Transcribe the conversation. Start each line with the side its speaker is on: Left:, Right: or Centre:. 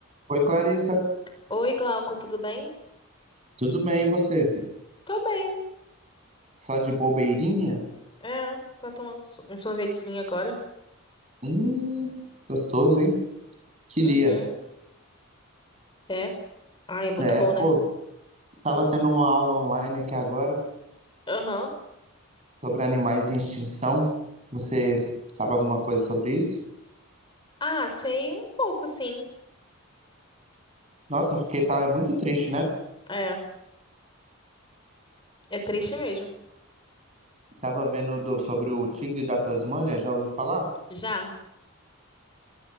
Right: Oi, Clarissa.
Left: Oi, Glauco, tudo bem?
Right: Tudo bem, e você?
Left: Tô bem.
Right: Só de bobeirinha?
Left: É, tô tomando so- um sorvetinho agora.
Right: Hum, gostoso, hein? Queria.
Left: Uhum, é. Ai, é muito
Right: É,
Left: bom, né?
Right: pô, tava tendo uma aula online aqui agora
Left: Aham.
Right: sobre animais em extinção. Você sabe alguma coisa sobre isso?
Left: Ah, sei um pouco, sim.
Right: Nossa, porque fiquei, tá, é muito triste, né?
Left: É, é triste mesmo.
Right: Tava vendo do- sobre o tigre da Tasmânia, já ouviu falar?
Left: Já,